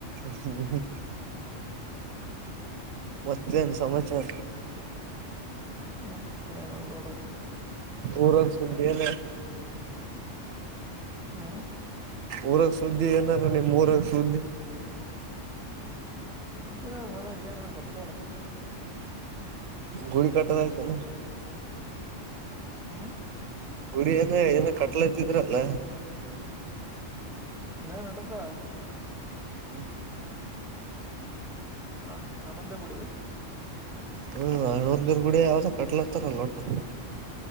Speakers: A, on the right (about 85°); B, in the centre.
A: ಹ್ಮ ಮತ್ತೇನ್ ಸಮಾಚಾರ
B: ಮತ್ತೆ ನೋಡು
A: ಊರಾಗ ಸಂತ ಏನ
B: ಹ್ಮ್
A: ಊರಕ್ ಸುದ್ದಿ ಏನಲ್ಲಿ ಮೂಊರಕ್ ಸ್ದಿ
B: ಸೃ್ಧ ಮರ ಏನನ್ ಗೊತ್ತ
A: ಗುಳಿ ಕಟ್ಟದ ಆಯ್ತ ನ
B: ಹ್ಮ
A: ಗುರಿಯಏನ ಏನ ಕಟ್ಲ ಇತಿದ್ರಲ್ಲ
B: ನಡದಾ
A: ಹ್ಮ್
B: ಹ ಆಮಂದಗುಡಿ
A: ಹ್ಮ ಹಣವರ್ಗರ್ ಗುಡ ಯಾವ್ದ ಕಟ್ಲತ್ತಾರಲ್ಲೋಟ